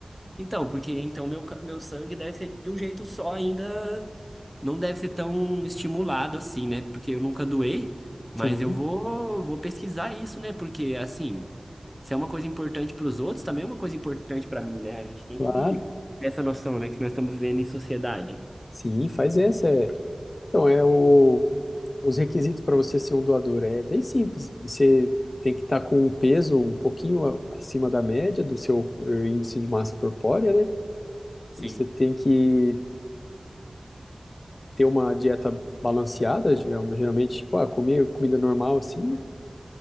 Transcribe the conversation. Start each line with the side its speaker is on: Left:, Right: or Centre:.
Centre: Então, porque então meu, ca- meu sangue deve ser de um jeito só ainda não deve ser tão estimulado assim, né? Porque eu nunca doei, mas
Left: Sim,
Centre: eu vou, vou pesquisar isso, né? Porque, assim, se é uma coisa importante para os outros, também é uma coisa importante para mim, né? A gente tem
Left: claro.
Centre: que ter essa noção, né? Que nós estamos vivendo em sociedade.
Left: Sim, faz essa. é. Então, é o. Os requisitos para você ser um doador é bem simples. Você tem que estar com um peso um pouquinho a- acima da média do seu eh, índice de massa corpórea, né?
Centre: Sim.
Left: Você tem que ter uma dieta balanceada, geral- geralmente, tipo, ah, comer comida normal assim, né?